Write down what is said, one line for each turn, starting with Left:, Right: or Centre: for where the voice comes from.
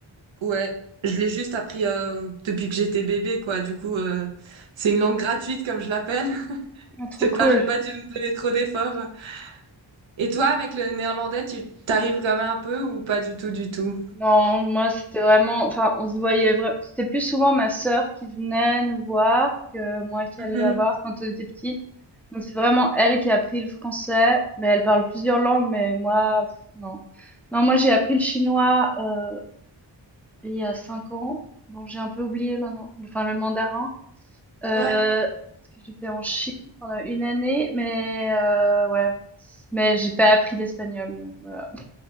Right: ouais, je l'ai juste appris euh, depuis que j'étais bébé, quoi. Du coup, euh, c'est une langue gratuite, comme je l'appelle. <laughs>
Centre: Ah, trop
Right: Je sais
Centre: cool.
Right: pas, j'ai pas dû me donner trop d'efforts. Et toi, avec le néerlandais, tu t'arrives quand même un peu ou pas du tout, du tout?
Centre: Non, moi c'était vraiment, enfin on se voyait vra- c'était plus souvent ma sœur qui venait nous voir que moi qui
Right: Mhm.
Centre: allais la voir quand on était petite. Donc c'est vraiment elle qui a appris le français, mais elle parle plusieurs langues, mais moi pff, non. Non, moi j'ai appris le chinois euh, il y a cinq ans. Bon, j'ai un peu oublié maintenant, enfin le mandarin, euh,
Right: Ouais,
Centre: parce que j'étais en Chine pendant une année, mais euh, ouais, mais j'ai pas appris l'espagnol, donc voilà,